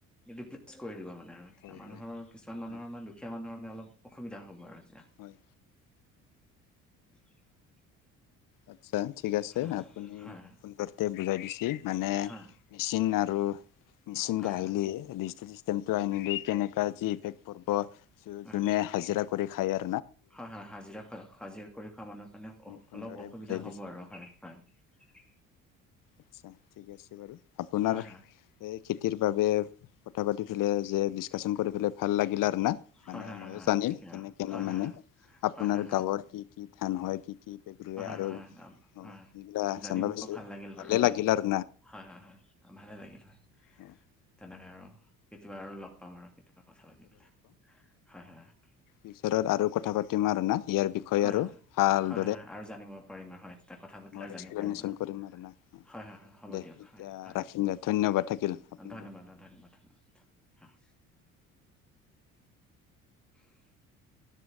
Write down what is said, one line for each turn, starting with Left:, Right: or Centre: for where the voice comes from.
Centre: ৰিপ্লেচ কৰি দিব মানে। তেতিয়া
Left: হয়
Centre: মানুহৰ
Left: হয়
Centre: কিছুমান মানুহৰ
Left: উম
Centre: মানে দুখীয়া মানুহৰ মানে অলপ অসুবিধা হ'ব আৰু। এতিয়া
Left: হয়।
Centre: <inaudible>
Left: আচ্ছা, ঠিক আছে
Centre: হয়
Left: আপুনি
Centre: হয়
Left: ফোন কৰতে বুজাই দিছে। মানে,
Centre: হয়
Left: মেচিন আৰু মেচিন
Centre: হয়
Left: গাহিলে,
Centre: হয়
Left: ডিজিটেল চিষ্টেমটো আনিলে কেনেকা যি ইফেক পৰব,
Centre: হয়
Left: যোনে
Centre: হয়
Left: হাজিৰা কৰি খায় আ
Centre: হয় হয়, হাজিৰা <unintelligible> হাজিৰা কৰি খোৱা মানুহৰ কাৰণে
Left: সুন্দৰে
Centre: অলপ অসু
Left: বুজাই
Centre: বিধা
Left: দিছে
Centre: হ'ব আৰু, হয় হয়।
Left: আচ্ছা ঠিক আছে বাৰু। আপোনাৰ
Centre: হয়
Left: এই খেতিৰ বাবে কথা পাতি পেলে যে ডিচকাশচন কৰি পেলাই ভাল লাগিলে।
Centre: হয়
Left: মানে
Centre: হয় হয়
Left: ময়ো
Centre: হয় হয়
Left: জানিম,
Centre: ঠিকে
Left: কেনে কেনে
Centre: হয় হয়
Left: মানে আপোনাৰ
Centre: হয় হয় হয়
Left: গাঁৱৰ কি কি ধান হয়? <unintelligible>
Centre: হম হম
Left: অ
Centre: হম,
Left: সেইগিলা
Centre: জানি
Left: জানিব
Centre: মোকো
Left: পাইছো
Centre: ভাল লাগিল
Left: ভালে
Centre: বাৰু, হয়।
Left: লাগিল আৰু
Centre: হয় হয় হয়, ভালে লাগিল হয়।
Left: উ
Centre: তেনেকৈ আৰু কেতিয়াবা আৰু লগ পাম আৰু কেতিয়াবা কথা পাতিবলৈ হয় হয় হয়
Left: পিচত আৰু কথা পাতিম আৰু না ইয়াৰ বিষয়ে
Centre: হয়,
Left: আৰু
Centre: হয়,
Left: ভাল।
Centre: হয় হয় হয় আৰু জানিব পাৰিম আৰু হয় ত কথা পাতিলে
Left: মোৰ
Centre: জানিব
Left: এক্সপ্লেনেশ্যন
Centre: পাৰিম বাৰু
Left: কৰিম আৰু না
Centre: হয় হয় হয় হ'ব
Left: দে
Centre: দিয়ক
Left: এতিয়া
Centre: হয়। হয়
Left: ৰাখিম দে ধন্যবাদ থাকিল আপোনালোক
Centre: ধন্যবাদ ধন্যবাদ ধন্যবাদ হয়। <unintelligible>